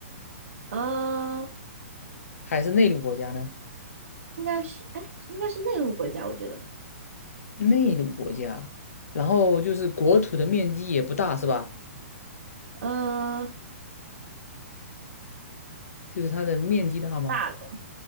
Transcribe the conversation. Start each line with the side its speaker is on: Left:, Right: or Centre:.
Right: 呃，
Left: 还是内陆国家呢？
Right: 应该是，哎，应该是内陆国家，我觉得。
Left: 内陆国家，然后就是国土的面积也不大是吧？
Right: 呃，
Left: 就是它的面积大吗？
Right: 大的，